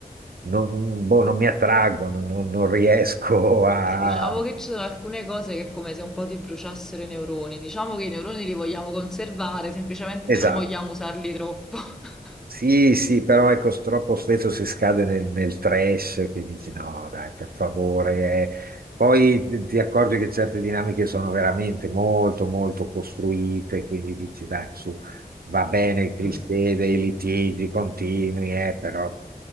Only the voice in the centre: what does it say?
Beh, Diciamo che ci sono alcune cose che è come se un po' ti bruciassero i neuroni. Diciamo che i neuroni li vogliamo conservare, semplicemente
non vogliamo usarli troppo. <laughs>
Mm,